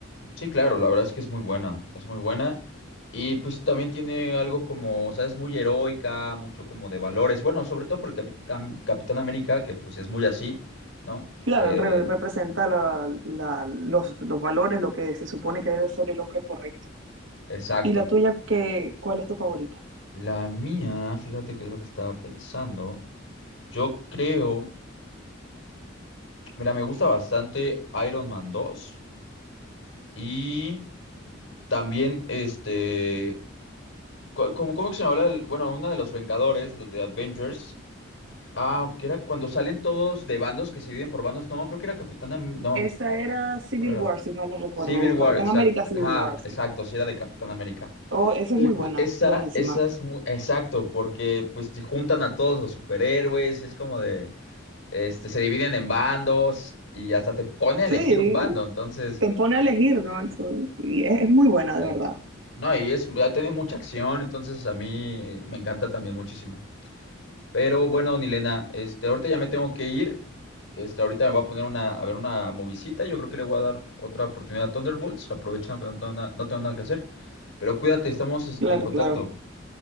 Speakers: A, on the left; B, on the right.
A: Sí, claro, la verdad es que es muy buena, es muy buena. Y pues también tiene algo como, o sea, es muy heroica, mucho como de valores. Bueno, sobre todo por el Capitán, Capitán América, que pues es muy así, ¿no?
B: Claro,
A: Que,
B: él re- representa la- la- los, los valores, lo que se supone que debe ser el hombre correcto.
A: exacto.
B: ¿Y la tuya, qué, cuál es tu favorita?
A: La mía, fíjate qué es lo que estaba pensando. Yo creo, mira, me gusta bastante Iron Man 2 y también este, co- como, ¿cómo que se llama? la Bueno, una de los Vengadores, los de Avengers, Ah, que era cuando salen todos de bandos que se dividen por bandos. No, creo que era Capitán Am- No,
B: Esa era Civil
A: ¿cuál era?
B: War, si mal no recuerdo,
A: Civil War,
B: Capitán
A: exacto.
B: América Civil
A: Ajá,
B: War, sí.
A: exacto, sí era de Capitán América.
B: Oh, esa
A: Sí,
B: es muy
A: Pues
B: buena,
A: esa,
B: buenísima.
A: esa es muy, exacto, porque pues te juntan a todos los superhéroes, y es como de, este, se dividen en bandos y hasta te pone a
B: Sí,
A: elegir un bando, entonces,
B: te pone a elegir, ¿no? Entonces, y es, es muy buena,
A: eh,
B: de verdad.
A: no, y es, ah, tiene mucha acción, entonces a mí me encanta también muchísimo. Pero bueno, Nilena, este, ahorita ya me tengo que ir. Este, ahorita me voy a poner una, a ver una movisita. Yo creo que le voy a dar otra oportunidad a Thunderbolts, aprovechando que no tengo, na- no tengo nada que hacer. Pero cuídate, estamos este,
B: Claro,
A: en contacto.
B: claro.